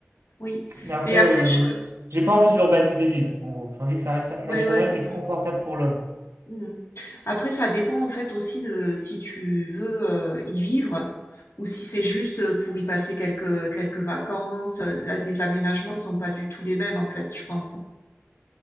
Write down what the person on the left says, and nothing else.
Oui.
Mais après,
je.
Ouais,
ouais, c'est
ça.
Mm. Après, ça dépend en fait aussi de si tu veux euh, y vivre ou si c'est juste pour y passer quelques quelques vacances. Là, les aménagements sont pas du tout les mêmes en fait, je pense.